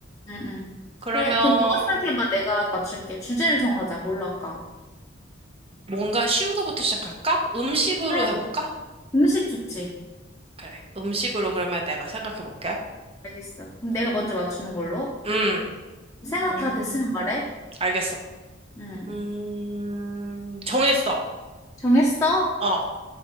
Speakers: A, on the left (about 15°); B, on the right (about 30°).
A: 응, 응.
B: 그러면,
A: 그래, 그럼 너가 생각해봐. 내가 맞출게. 주제를 정하자. 뭘로 할까?
B: 뭔가 쉬운 거부터 시작할까? 음식으로
A: 그래,
B: 해볼까?
A: 음식 좋지.
B: 그래. 음식으로 그러면 내가 생각해볼게.
A: 알겠어. 그럼 내가 먼저 맞추는 걸로.
B: 음,
A: 생각
B: 음,
A: 다 됐으면 말해.
B: 알겠어.
A: 응.
B: 음, 정했어.
A: 정했어?
B: 어,